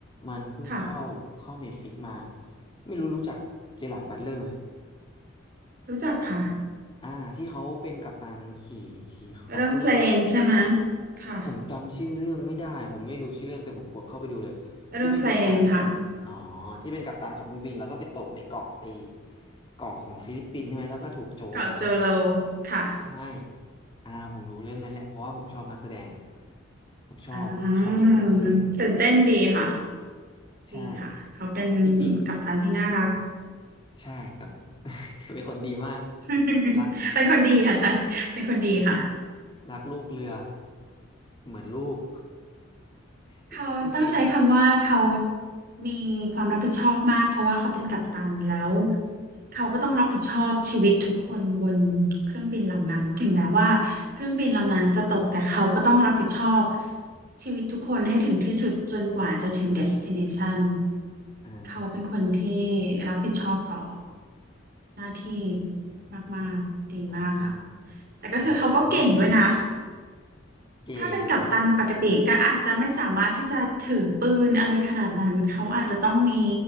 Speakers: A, on the left; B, on the right.
A: มันเพิ่งเข้าเข้าเน็ตฟ
B: ค่ะ
A: i ิกมาไม่รู้รู้จักเจอราร์ดบัตเลอร์ไหม
B: รู้จักค่ะ
A: อ่าที่เขาเป็นกัปตันขี่ขี่ขับเครื่องบิน
B: เรื่องเพลนใช่ไหม ค่ะ
A: ผมจำชื่อเรื่องไม่ได้ผมไม่ดูชื่อเรื่องแต่ผมกดเข้าไปดูเลยที่เป็นกัปตัน
B: เรื่องเพลนค่ะ
A: อ๋อที่เป็นกัปตันขับเครื่องบินแล้วก็ไปตกในเกาะไอเกาะของฟิลิปปินส์ใช่ไหมแล้วก็ถูกโจร
B: เกาะโจโล ค่ะ
A: ใช่อ่าผมรู้เรื่องนั้นแหละเพราะว่าผมชอบนักแสดงผมชอบผมชอบเจอร์ราร์ดบัตเลอร์
B: อ่าตื่นเต้นดีค่ะ
A: ใช่
B: ดีค่ะ เขาเป็น
A: จริง
B: กัปตันที่น่ารัก
A: ๆใช่กับ <laughs> เป็นคนดีมาก
B: <laughs>
A: รัก
B: เป็นคนดีค่ะใช่ เป็นคนดีค่ะ
A: รักลูกเรือเหมือนลูก
B: เขาต้องใช้คำว่าเขา
A: <laughs> จริง
B: มีความรับผิดชอบมากเพราะว่าเขาเป็นกัปตันแล้วเขาก็ต้องรับผิดชอบชีวิตทุกคนบนเครื่องบินลำนั้นถึงแม้ว่าเครื่องบินลำนั้นจะตกแต่เขาก็ต้องรับผิดชอบชีวิตทุกคนให้ถึงที่สุดจนกว่าจะถึง destination
A: ๆอ่า
B: เขาเป็นคนที่รับผิดชอบต่อหน้าที่มากๆดีมากค่ะ
A: ครับนั่น
B: แต่ก็คือเขาก็เก่งด้วยนะ
A: คือตัวเขาเลย <laughs> เก่งนะ
B: ถ้าเป็นกัปตันปกติก็อาจจะไม่สามารถที่จะถือปืนอะไรขนาดนั้นเขาอาจจะต้องมี